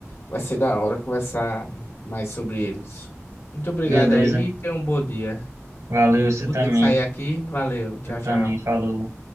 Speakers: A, on the left (about 55°); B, on the right (about 80°).
A: Vai ser da hora conversar mais sobre eles. Muito obrigado
B: beleza.
A: aí. e Tenha um bom dia.
B: Valeu, você
A: Eu vou
B: também.
A: ter que sair aqui. Valeu. Tchau,
B: Você também
A: tchau.
B: falou.